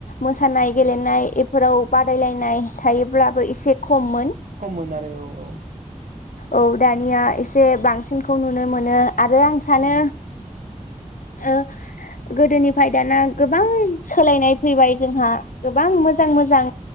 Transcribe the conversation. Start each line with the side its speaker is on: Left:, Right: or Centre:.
Left: मोसानाय गेलेनाय एफोराव बादायलायनाय थायोब्लाबो एसे खममोन
Right: खममोन आरो औ औ
Left: औ दानिया एसे बांसिनखौ नुनो मोनो। आरो आं सानो
Right: औ
Left: ओ गोदोनिफ्राय दाना गोबां सोलायनाय फैबाय जोंहा गोबां मोजां मोजां